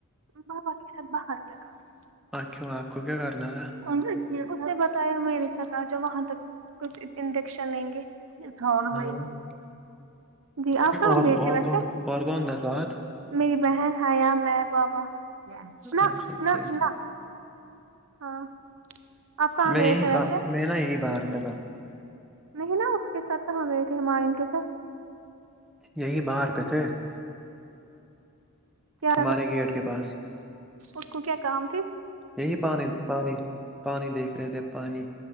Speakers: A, on the right (about 70°); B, in the centre.
A: بابا کے ساتھ باہر تکا <unintelligible>
B: ہ کیوں آپ کو کیا کرنا تھا
A: اس نے بتایا میرے س آج وہاں تک کچھ انڈیکشن لیں گے پ سون بئی
B: ہاں
A: <unintelligible> جی آپ کہاں
B: اور
A: گئے تھے
B: اور
A: ویسے
B: کون اور کون تھا ساتھ
A: میری بہن آ یا میں بابا نہ
B: اچھا
A: نہ
B: ٹھیک
A: نہ ہاں <unintelligible> آپ کہاں
B: میں
A: گئے
B: یہی
A: تھے
B: باہ
A: ویسے
B: میں نا یہی باہر پ تھا
A: نہیں نا اس کے ساتھ سے ہم گئے تھے ہم ہمان کے ساتھ
B: یہی باہر پہ تھے <unintelligible>
A: کیا
B: ہمارے گیٹ کے پاس
A: اس کو کیا کام تھی
B: یہی پانی پانی پانی دیکھ رہے تھے پانی